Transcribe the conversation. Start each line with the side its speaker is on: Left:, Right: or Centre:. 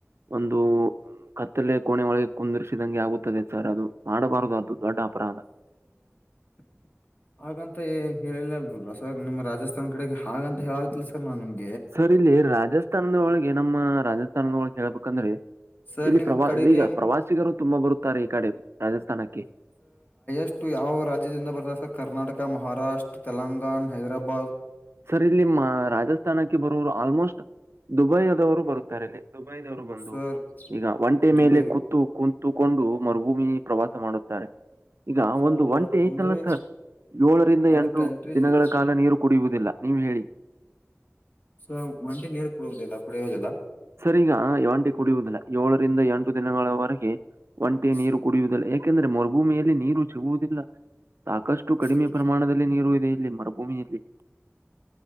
Right: ಒಂದು ಕತ್ತಲೆ ಕೋಣೆ ಒಳಗೆ ಕುಂದಿರ್ಸಿದಂಗೆ ಆಗುತ್ತದೆ ಸರ್ ಅದು ಮಾಡಬಾರದು ಅದು ದೊಡ್ಡ ಅಪರ ಅದ
Left: <inaudible> ಹಾಗಂತ ಹೇಳಿಲ್ಲಲ್ವಲ್ಲ ಸರ್ ನಿಮ್ ರಾಜಸ್ಥಾನ್ ಕಡೆಗೆ ಹಾಗಂತ ಹೇಳತಿ ಸರ್ ನಾನ್ ನಿಮ್ಗೆ
Right: ಸರ್ ಇಲ್ಲಿ ರಾಜಸ್ಥಾನದ ಒಳಗೆ ನಮ್ಮ ರಾಜಸ್ಥಾನದ ಒಳಗೆ ಹೇಳ್ಬೇಕಂದ್ರೆ
Left: ಸರ್
Right: ಇಲ್ಲಿ
Left: ನಿಮ್
Right: ಪ್ರ
Left: ಕಡೆಗೆ
Right: ಈಗ ಪ್ರವಾಸಿಗರು ತುಂಬಾ ಬರುತ್ತಾರೆ ಈ ಕಡೆ ರಾಜಸ್ಥಾನಕ್ಕೆ
Left: ಷ್ಟು ಯಾವ ರಾಜ್ಯದಿಂದ ಬರ್ದ ಕರ್ನಾಟಕ ಮಹಾರಾಷ್ಟ್ರ ತೆಲಂಗಾಣ ಹೈದ್ರಾಬಾದ್
Right: ಸರ್ ಇಲ್ಲಿ ರಾಜಸ್ಥಾನಕ್ಕೆ ಬರುವೋರು ಆಲ್ಮೋಸ್ಟ್ ದುಬೈದವರು ಬರುತ್ತಾರೆ ಇಲ್ಲಿ ವರು ಬಂದು
Left: ಸರ್
Right: ಈಗ ಒಂಟೆ
Left: ದುಬೈ
Right: ಮೇಲೆ ಕೂತು ಕುಂತುಕೊಂಡು ಮರುಭೂಮಿ ಪ್ರವಾಸ ಮಾಡುತ್ತಾರೆ ಈಗ
Left: ಸರ್
Right: ಒಂದು
Left: ಬರ
Right: ಒಂಟಿ ಐತಲ್ಲ
Left: ಅಂದ್ರೆ
Right: ಸರ್ ಏಳರಿಂದ
Left: ಅದರ್
Right: ಎಂಟು
Left: ಕಂಟ್ರೀಸ್
Right: ದಿನಗಳ ಕಾಲ ನೀರು ಕುಡಿಯುವುದಿಲ್ಲ ಹ್ಮ ಹೇಳಿ
Left: ಸೊ ಒಂಟಿ ನೀರ್ ಕುಡುವುದಿಲ್ಲ ಕುಡಿಯುವುದಿಲ್ಲ
Right: ಸರಿ ಈಗ ಒಂಟಿ ಕುಡಿಯುವುದಿಲ್ಲ ಏಳರಿಂದ ಎಂಟು ದಿನಗಳವರೆಗೆ ಒಂಟೆ
Left: ಸ-
Right: ನೀರು ಕುಡಿಯುವುದಿಲ್ಲ ಯಾಕೆಂದ್ರೆ ಮರುಭೂಮಿಯಲ್ಲಿ ನೀರು ಸಿಗುವುದಿಲ್ಲ ಸಾಕಷ್ಟು ಕಡಿಮೆ
Left: ಸ-
Right: ಪ್ರಮಾಣದಲ್ಲಿ ನೀರು ಇದೆ ಇಲ್ಲಿ ಮರುಭೂಮಿಯಲ್ಲಿ